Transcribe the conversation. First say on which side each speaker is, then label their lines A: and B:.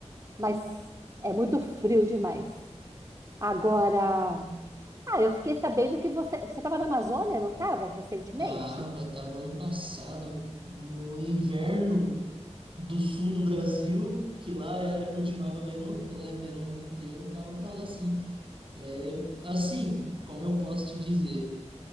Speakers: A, on the right (about 30°); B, on the right (about 45°).
A: mas é muito frio demais. Agora, ah, eu fiquei sabendo que você, você estava na Amazônia, não estava, recentemente?
B: Tava, tava ano passado, no inverno do sul do Brasil, que lá era, continuava verão, porque lá é verão o ano inteiro, eu tava pra lá sim. É, assim, como eu posso te dizer,